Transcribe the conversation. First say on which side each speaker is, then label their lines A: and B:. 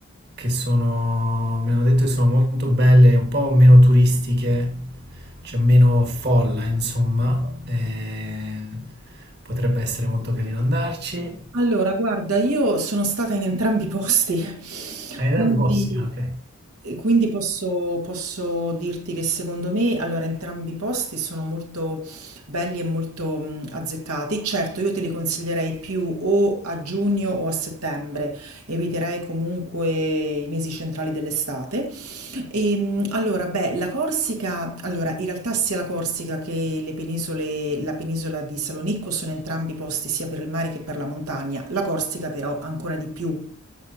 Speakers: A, on the right (about 45°); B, on the right (about 80°).
A: che sono, mi hanno detto che sono molto belle, un po' meno turistiche, c'è meno folla, insomma, e potrebbe essere molto carino andarci.
B: Allora, guarda, io sono stata in entrambi i posti,
A: Hai idea
B: quindi,
A: dei posti? Ah, ok.
B: e quindi posso, posso dirti che secondo me, allora, entrambi i posti sono molto belli e molto mh, azzeccati. Certo, io te li consiglierei più o a giugno o a settembre, eviterei comunque i mesi centrali dell'estate. Ehm, allora, beh, la Corsica, allora, in realtà sia la Corsica che le penisole, la penisola di Salonicco sono entrambi posti sia per il mare che per la montagna. La Corsica però ancora di più